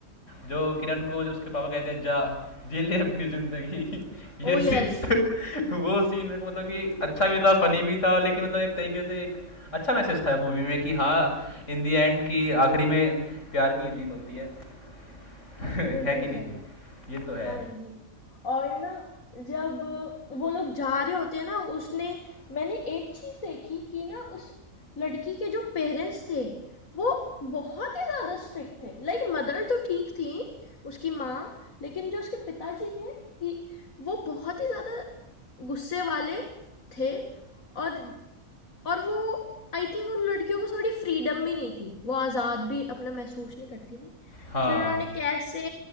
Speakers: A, on the left; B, on the left.
A: जो किरण को जो उसके पापा कहते हैं जा जी ले अपनी जिंदगी
B: ओ
A: ये सीन
B: यस
A: <laughs> वो सीन मेरे को मतलब कि अच्छा भी था फनी भी था और लेकिन मतलब एक तरीके से एक अच्छा मैसेज था मूवी में कि हाँ इन दी एंड कि आखिरी में प्यार की जीत होती है <laughs> है
B: बिल्कुल
A: कि नहीं
B: सही
A: ये तो है
B: हाँ जी। और ना जब वो लोग जा रहे होते हैं ना उसने मैंने एक चीज़ देखी कि ना उस लड़की के जो पेरेंट्स थे वो बहुत ही ज़्यादा स्ट्रिक्ट थे लाइक मदर तो ठीक थी उसकी माँ लेकिन जो उसके पिताजी थे ही वो बहुत ही ज़्यादा गुस्से वाले थे और और वो आई थिंक उन लड़कियों को थोड़ी फ्रीडम भी नहीं थी वो आज़ाद भी अपना महसूस नहीं करती थी
A: हाँ
B: फिर उन्होंने कैसे